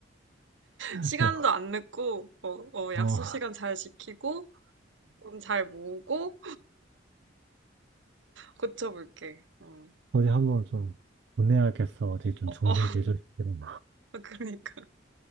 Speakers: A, on the right; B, on the right.
A: <laughs>
B: 시간도 안 늦고, 어, 어, 약속
A: 어,
B: 시간 잘 지키고, 돈 잘 모으고, 고쳐볼게. 어,
A: 어디 한번 좀 보내야겠어. 어디 좀
B: 어,
A: 정신
B: 어,
A: 개조시키는.
B: <laughs> 그러니까.